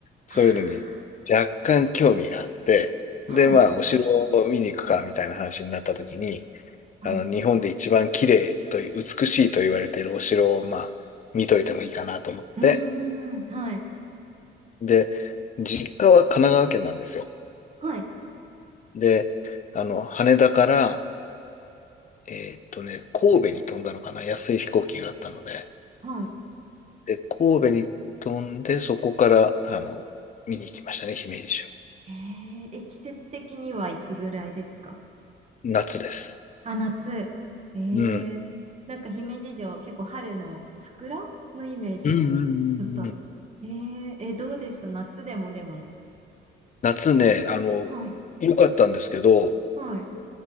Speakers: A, on the left; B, on the right.
A: そういうのに若干興味があって、
B: あー、
A: で、
B: はい、
A: まあ、お城を見に行くかみたいな話になった時に、
B: はい。
A: あの、日本で一番綺麗という、美しいと言われているお城を、まあ、見といてもいいかなと思って、
B: うーん、はい、
A: で、実家は神奈川県なんですよ。
B: はい。
A: で、あの、羽田から、えーっとね、神戸に飛んだのかな、安い飛行機があったので、
B: はい
A: で、神戸に飛んで、そこから、あの、見に行きましたね、姫路城。
B: えー、え、季節的にはいつぐらいですか
A: 夏です。
B: あ、夏。えー、
A: うん。
B: なんか姫路城、結構春の桜のイメージがちょっとあっ、
A: うんうんうんうん。
B: えー、え、どうでした夏でもでも、
A: 夏ね、
B: 気温はい、
A: あの、良かったんですけど、
B: はい。